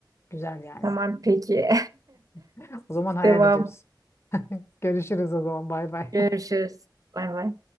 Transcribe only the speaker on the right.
Tamam peki.
<laughs> Devam.
Görüşürüz. Bay bay.